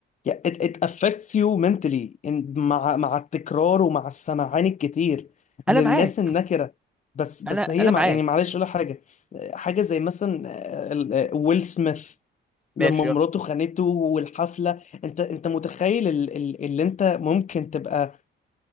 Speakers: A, on the left; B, in the centre.
A: يا- it, it affects you mentally إن- مع مع التكرار ومع السمعان الكتير للناس
B: انا معاك
A: النكرة بس بس
B: انا
A: هي
B: انا
A: مع
B: معاك
A: يعني معلش اقول لك حاجة حاجة زي مثلا آه، ال- آه، ويل سميث لما
B: ماشي
A: مراته
B: اه
A: خانته والحفلة انت انت متخيل ال- ال- اللي انت ممكن تبقى